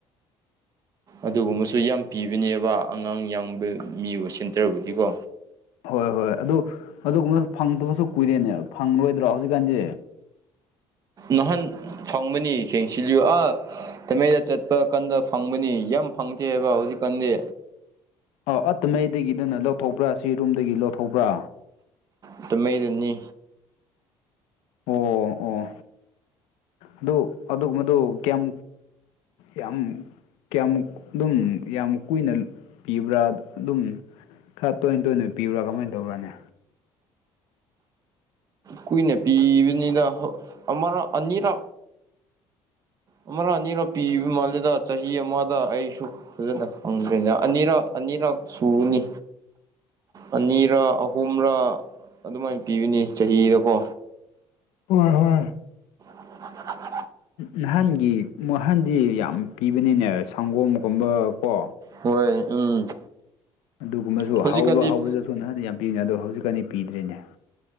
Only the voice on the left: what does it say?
ꯍꯣꯏ ꯍꯣꯏ ꯑꯗꯨ ꯑꯗꯨꯒꯨꯝꯕꯗ ꯐꯪꯗꯕꯁꯨ ꯀꯨꯏꯔꯦꯅꯦꯕ ꯐꯪꯂꯔꯣꯏꯗ꯭ꯔꯣ ꯍꯧꯖꯤꯛꯀꯥꯟꯗꯤ
ꯑꯧ ꯑꯠꯇ ꯃꯩꯗꯒꯤ ꯅꯪꯅ ꯂꯧꯊꯣꯛꯄ꯭ꯔꯥ ꯁꯤ ꯔꯨꯝꯗꯒꯤ ꯂꯧꯊꯣꯛꯄ꯭ꯔꯥ
ꯑꯣ ꯑꯣ ꯑꯗꯨ ꯑꯗꯨ ꯃꯗꯨ ꯀꯌꯥꯝ ꯌꯥꯝ ꯀꯌꯥꯃꯨ ꯑꯗꯨꯝ ꯌꯥꯝ ꯀꯨꯏꯅ ꯄꯤꯕ꯭ꯔꯥ ꯑꯗꯨꯝ ꯈꯔ ꯇꯣꯏꯅ ꯇꯣꯏꯅ ꯄꯤꯕ꯭ꯔꯥ ꯀꯃꯥꯏꯅ ꯇꯧꯔꯅꯦ
ꯍꯣꯏ ꯍꯣꯏ
ꯅꯍꯥꯟꯒꯤ ꯅꯍꯥꯟꯗꯤ ꯌꯥꯝ ꯄꯤꯕꯅꯤꯅꯦ ꯁꯪꯒꯣꯝꯒꯨꯝꯕ ꯀꯣ
ꯑꯗꯨꯒꯨꯝꯕꯁꯨ
ꯍꯥꯎꯕ ꯍꯥꯎꯕꯗꯁꯨꯠ ꯅꯍꯥꯟꯗꯤ ꯌꯥꯝ ꯄꯤꯕꯅꯦ ꯑꯗꯣ ꯍꯧꯖꯤꯛꯀꯥꯟꯗꯤ ꯄꯤꯗ꯭ꯔꯤꯅꯦ